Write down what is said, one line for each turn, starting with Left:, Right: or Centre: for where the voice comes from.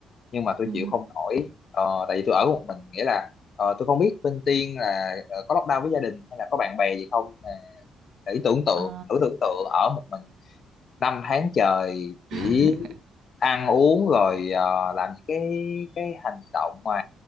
Left: nhưng mà tôi
Right: Ừ.
Left: chịu không nổi Ờ, tại vì tôi ở một mình nghĩa là ờ, tôi không biết bên Tiên là ờ, có lockdown với gia đình hay là có bạn bè gì không mà thử tưởng tượng
Right: Ờ.
Left: thử tưởng tượng ở một mình năm tháng trời chỉ
Right: <laughs>
Left: ăn uống rồi ờ, làm những cái cái hành động mà